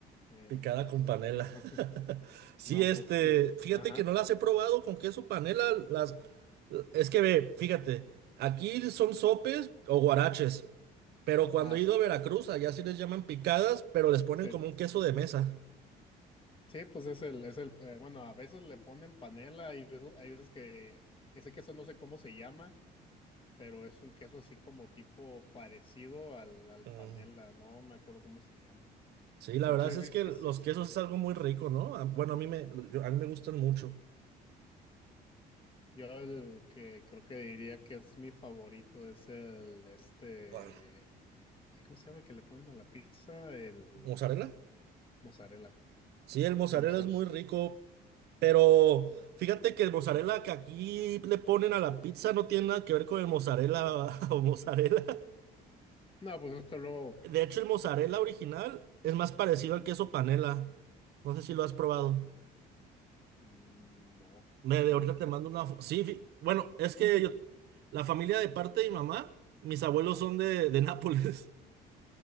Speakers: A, on the left; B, on the right.
A: Eh,
B: Picada
A: no,
B: con
A: pues,
B: panela.
A: <laughs>
B: <laughs> Sí,
A: no,
B: este,
A: pues, <laughs>
B: fíjate
A: ajá,
B: que no las he probado con queso panela. Las, es que ve, fíjate, aquí son sopes o guaraches, pero cuando
A: ah,
B: he
A: sí,
B: ido a Veracruz, allá sí les llaman picadas, pero les ponen
A: sí,
B: como un queso de mesa.
A: sí, pues es el, es el, eh, bueno, a veces le ponen panela y veces- hay veces que ese queso no sé cómo se llama, pero es un queso así como tipo parecido al, al
B: Mm.
A: panela, no me acuerdo cómo se llama,
B: Sí, la
A: pero
B: verdad
A: sí, sí,
B: es que
A: sí,
B: los
A: sí, sí.
B: quesos es algo muy rico, ¿no? A- Bueno, a mí me, yo- a mí me gustan mucho.
A: Yo el que creo que diría que es mi favorito es el, este,
B: Ah,
A: ay, ¿cómo se llama el que le ponen a la pizza? El
B: ¿Mozzarella?
A: mozzarella,
B: Sí, el mozzarella
A: o sea,
B: es muy rico, pero fíjate que el mozzarella que aquí le ponen a la pizza no tiene nada que ver con el mozzarella <laughs> o mozzarella.
A: no, pues esto luego.
B: De hecho, el mozzarella original es más parecido
A: Ujú.
B: al queso panela. No sé si lo has probado.
A: Mm, No,
B: Me, de
A: fíjate
B: ahorita
A: que no.
B: te mando una... fo- Sí, fi- bueno, es que yo- la familia de parte de mi mamá, mis abuelos
A: Ah,
B: son de, de Nápoles. <laughs>